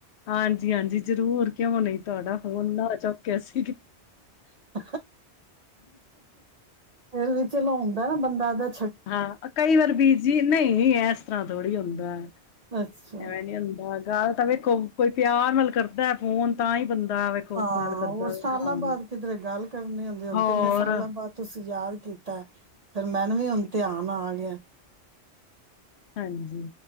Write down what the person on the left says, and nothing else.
ਹਾਂਜੀ ਹਾਂਜੀ ਜ਼ਰੂਰ ਕਿਉਂ ਨਹੀਂ ਤੁਹਾਡਾ ਹਨਾ ਚੁੱਕਿਆ ਅਸੀ
ਹਾਂ ਕਈ ਵਾਰ ਬੀਜ ਜਜੀ ਨਹੀਂ ਇਸ ਤਰ੍ਹਾਂ ਥੋੜ੍ਹੀ ਹੁੰਦਾ
ਐਵੇਂ ਨੀ ਹੁੰਦਾ ਗੱਲ ਤਾਂ ਵੇਖੋ ਕੋਈ ਪਿਆਰ ਮੱਲ ਕਰਦਾ ਫੋਨ ਤਾਂ ਹੀ ਬੰਦਾ ਵੇਖੋ
ਗੱਲ ਕਰਦਾ
ਵੇ। ਹਾਂ
ਹੋਰ
ਹਾਂਜੀ